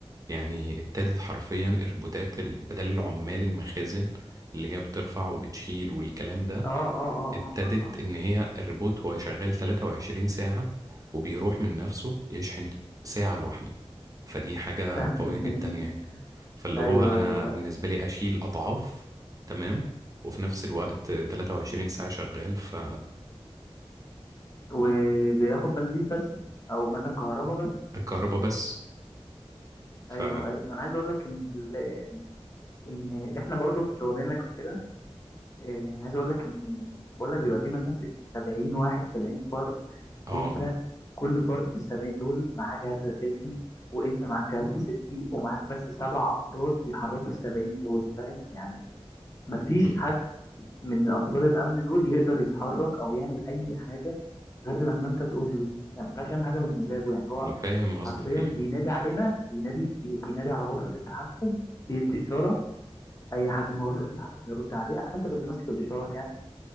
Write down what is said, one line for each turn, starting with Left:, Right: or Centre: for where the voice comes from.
Right: يعني ابتدت حرفيا الروبوتات ال- بدل العمال المخازن اللي هي بترفع وبتشيل والكلام ده
Left: اه اه اه
Right: ابتدت
Left: اه اه آه.
Right: ان هي الريبوت هو شغال 23 ساعة وبيروح من نفسه يشحن ساعة لوحده فدي حاجة
Left: <laughs>
Right: قوية جدا يعني فاللي
Left: ايوه
Right: هو انا
Left: ايوه
Right: بالنسبة لي اشيل اضعاف تمام وفي نفس الوقت 23 ساعة شغال ف
Left: وبياخد بنزين بس او مثلا كهرباء بس
Right: الكهرباء بس ف
Left: ايوه ايوه انا عايز اقول لك ان ال- ان احنا برضو في شغلنا كده إيه، عايز اقول لك ان بقول لك بيبقى في مثلا سكه 70 واحد 70 فرد
Right: اه
Left: انت كل فرد في ال 70 دول معاه جهاز لاسلكي وانت معاك جهاز لاسلكي ومعاك بس سبع افراد بيحركوا ال 70 دول فاهم يعني مفيش
Right: مم.
Left: حد من افراد الامن دول يقدر يتحرك او يعمل اي حاجه غير لما انت تقول له يعني ما ينفعش يعمل حاجه من مزاجه يعني هو
Right: فاهم قصدك
Left: حرفيا
Right: ايه
Left: بينادي علينا بينادي بي- بينادي على غرفه التحكم بيدي اشاره اي حد من غرفه التحكم يرد عليه على حسب اللي ماسك الاشارات يعني